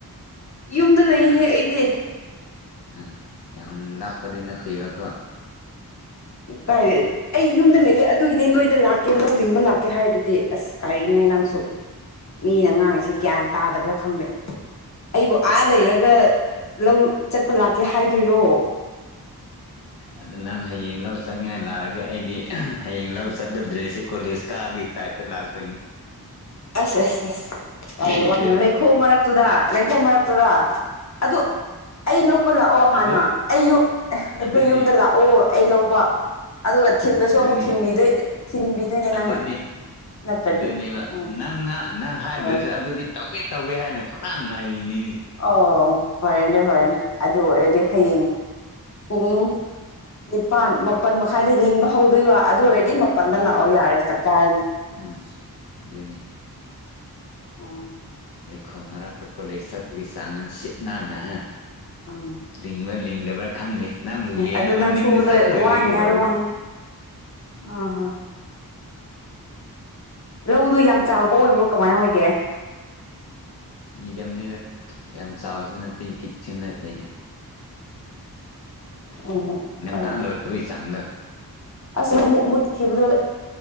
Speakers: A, on the left; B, on the left.
A: ꯌꯨꯝꯗ ꯂꯩꯍꯦ
B: ꯌꯥꯝ
A: ꯑꯩꯗꯤ
B: ꯑꯥ ꯌꯥꯝ ꯂꯥꯞꯄꯗꯤ ꯅꯠꯇꯦꯕꯀꯣ
A: ꯏ ꯀꯥꯏꯔ ꯑꯩ ꯌꯨꯝꯗ ꯂꯩꯌꯦ ꯑꯗꯨꯒꯤꯅꯦ ꯅꯣꯏꯗ ꯂꯥꯛꯀꯦ ꯂꯧ ꯂꯤꯡꯕ ꯂꯥꯛꯀꯦ ꯍꯥꯏꯗꯨꯗꯤ ꯑꯁ ꯀꯔꯤꯅꯣꯍ‌ꯦ ꯅꯪꯁꯨ
B: ꯑꯗꯨꯅꯤ
A: ꯃꯤꯅ ꯉꯥꯡꯉꯤꯁꯦ ꯒ꯭ꯌꯥꯟ ꯇꯥꯗꯕ꯭ꯔꯥ ꯈꯪꯗꯦ ꯑꯩꯕꯨ ꯑꯥ ꯂꯩꯔꯒ ꯂꯧ ꯆꯠꯄ ꯂꯥꯛꯀꯦ ꯍꯥꯏꯗꯣꯏꯔꯣ
B: ꯑꯗꯨ ꯅꯪ ꯍꯌꯦꯡ ꯂꯧ ꯆꯠꯅꯤꯡꯉꯥꯏ ꯂꯥꯛꯔꯗꯤ ꯑꯩꯗꯤ ꯍꯌꯦꯡ ꯂꯧ ꯆꯠꯄ ꯗ꯭ꯔꯦꯁꯁ‌ꯦ ꯀꯣꯂꯦꯖ ꯀꯥꯕꯒꯤ ꯇꯥꯏꯞꯇ ꯂꯥꯛꯇꯣꯏꯅꯤ
A: ꯑꯁ ꯑꯁ ꯑꯁ ꯀꯔꯤ
B: ꯖꯤꯠꯇꯨ
A: ꯋꯥꯅꯣ ꯂꯩꯈꯣꯝ ꯃꯔꯛꯇꯨꯗ ꯂꯩꯈꯣꯝ ꯃꯔꯛꯇꯨꯗ ꯑꯗꯨ ꯑꯩ ꯂꯧꯕ ꯂꯥꯛꯑꯣ ꯍꯥꯟꯅ
B: ꯑꯗꯨ
A: ꯑꯩ ꯌꯨ ꯑꯈꯣꯏ
B: ꯑꯗꯨꯅꯤ
A: ꯌꯨꯝꯗ ꯂꯥꯛ ꯑꯣ ꯑꯩ ꯂꯧꯕ ꯑꯗꯨꯒ ꯊꯤꯟꯕꯁꯨ
B: ꯑꯗꯨꯅꯤ
A: ꯑꯃꯨꯛ ꯊꯤꯟꯕꯤꯗꯣꯏ ꯊꯤꯟꯕꯤꯗꯣꯏꯅꯦ
B: ꯑꯗꯨꯅꯤ
A: ꯅꯪꯅ ꯅꯠꯇ꯭ꯔꯗꯤ
B: ꯑꯗꯨꯅꯦꯕ
A: ꯎꯝ
B: ꯅꯪ ꯅꯪ ꯍꯥꯏꯗ꯭ꯔꯖꯨ
A: ꯑꯣ
B: ꯑꯗꯨꯗꯤ ꯇꯧꯒꯦ ꯇꯧꯒꯦ ꯍꯥꯏꯅ ꯈꯧꯔꯡ ꯉꯥꯏꯔꯤꯅꯤꯅꯦ
A: ꯑꯣ ꯐꯔꯦꯅꯦ ꯐꯔꯦꯅꯦ ꯑꯗꯨ ꯑꯣꯏꯔꯗꯤ ꯍꯌꯦꯡ ꯄꯨꯡ ꯅꯤꯄꯥꯟ ꯃꯥꯄꯟ ꯃꯈꯥꯏꯗꯒꯤ ꯂꯤꯡꯕ ꯍꯧꯗꯣꯏꯕ ꯑꯗꯨ ꯑꯣꯏꯔꯗꯤ ꯃꯞ ꯄꯟꯗ
B: ꯑꯥ
A: ꯂꯛꯑꯣ ꯌꯥꯔꯦ ꯆꯞ ꯆꯥꯔꯅꯤ
B: ꯎꯝ ꯑꯗꯨꯅꯤ
A: ꯑꯥ
B: ꯂꯩꯈꯣꯝ ꯃꯔꯥꯛꯇ ꯀꯣꯂꯦꯖ ꯆꯠꯄꯒꯤ ꯆꯥꯡꯅ ꯁꯤꯠ ꯅꯥꯟꯅꯍꯥ
A: ꯑꯥ
B: ꯂꯤꯡꯕ ꯂꯤꯡꯗꯕ꯭ꯔꯥ ꯈꯪꯗꯦ ꯅꯪꯕꯨ ꯌꯦꯡꯅ
A: ꯑꯗꯨ ꯅꯪ
B: ꯃꯅꯤꯡꯗ
A: ꯁꯨꯕꯗ
B: ꯆꯠꯂꯣꯏꯔꯦ
A: ꯋꯥꯅꯤ
B: ꯀꯩꯗꯧꯒꯦ
A: ꯍꯥꯏꯕ ꯋꯥꯅꯤ ꯑꯥ ꯍꯥ ꯂꯧꯗꯣ ꯌꯥꯝ ꯆꯥꯎꯕ ꯑꯣꯏꯕ꯭ꯔꯣ ꯀꯃꯥꯏ ꯑꯣꯏꯒꯦ
B: ꯃꯦꯗꯤꯌꯝꯅꯤꯗ ꯌꯥꯝ ꯆꯥꯎꯁꯨ ꯅꯠꯇꯦ ꯄꯤꯛꯁꯨ ꯅꯠꯇꯦ ꯑꯩꯗꯤ
A: ꯑꯣꯍꯣ
B: ꯉꯟꯇꯥ
A: ꯐꯔꯦꯅꯦ
B: ꯂꯣꯏꯕꯒꯤ ꯆꯥꯡꯗꯣ
A: ꯑꯁ ꯃꯩ ꯑꯃꯨꯛ ꯃꯨꯠꯈꯤꯕꯗꯣ